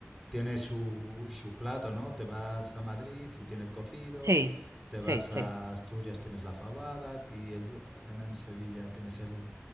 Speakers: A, in the centre; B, on the right.
A: tiene su, su plato, ¿no? Te vas a Madrid y tiene el cocido,
B: Sí,
A: te
B: sí,
A: vas
B: sí,
A: a Asturias, tienes la fabada, aquí el- en, en Sevilla tienes el,